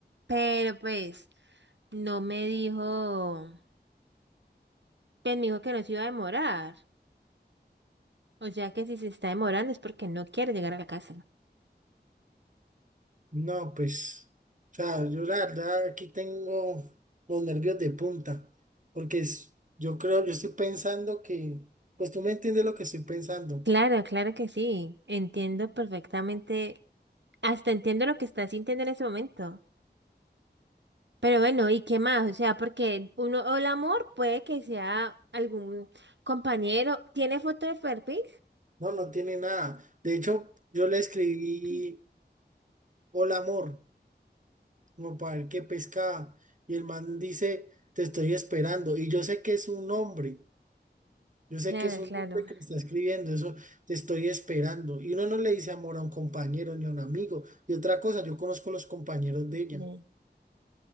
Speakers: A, on the right; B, on the right.
A: pero pues no me dijo, pues me dijo que no se iba a demorar. O sea que si se está demorando es porque no quiere llegar a la casa.
B: No, pues, o sea, yo la verdad aquí tengo los nervios de punta, porque es- yo creo, yo estoy pensando que, pues tú me entiendes lo que estoy pensando.
A: Claro, claro que sí, entiendo perfectamente, hasta entiendo lo que está sintiendo en ese momento. Pero bueno, ¿y qué más? O sea, porque uno, o el amor puede que sea algún compañero. ¿Tiene foto de perfil?
B: No, no tiene nada. De hecho, yo le escribí
A: <clears throat>
B: Hola amor, como para ver qué pescaba, y el man dice, te estoy esperando, y yo sé que es un hombre, yo sé
A: Claro,
B: que es un
A: claro.
B: hombre que le está escribiendo eso, te estoy esperando, y uno no le dice amor a un compañero ni a un amigo, y otra cosa, yo conozco los compañeros de ella.
A: Bien.